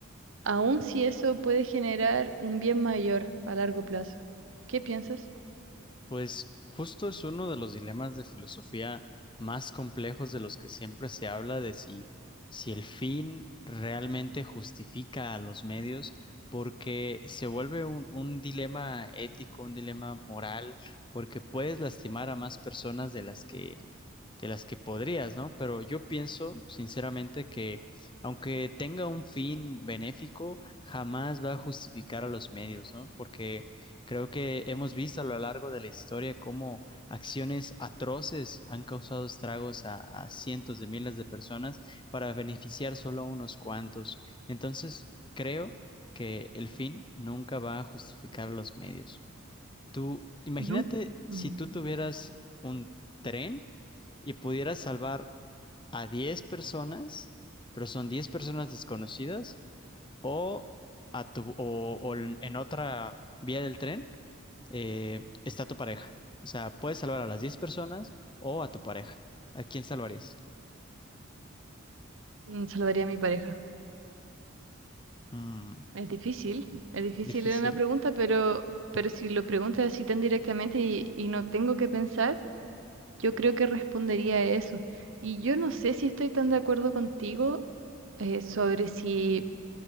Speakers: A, on the right (about 65°); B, on the left (about 20°).
A: aun si eso puede generar un bien mayor a largo plazo. ¿Qué piensas?
B: Pues justo es uno de los dilemas de filosofía más complejos de los que siempre se habla de si, si el fin realmente justifica a los medios, porque se vuelve un, un dilema ético, un dilema moral, porque puedes lastimar a más personas de las que de las que podrías, ¿no? Pero yo pienso, sinceramente, que aunque tenga un fin benéfico, jamás va a justificar a los medios, ¿no? Porque creo que hemos visto a lo largo de la historia cómo acciones atroces han causado estragos a, a cientos de miles de personas para beneficiar solo a unos cuantos. Entonces, creo que el fin nunca va a justificar a los medios. Tú, imagínate
A: Nun- mm,
B: si tú tuvieras un tren y pudieras salvar a 10 personas, pero son 10 personas desconocidas, o, a tu, o, o en en otra vía del tren eh, está tu pareja. O sea, puedes salvar a las 10 personas o a tu pareja. ¿A quién salvarías?
A: Mm, Salvaría a mi pareja.
B: Mm,
A: Es difícil, es difícil
B: difícil.
A: era una pregunta, pero, pero si lo preguntas así tan directamente y, y no tengo que pensar, yo creo que respondería a eso. Y yo no sé si estoy tan de acuerdo contigo eh, sobre si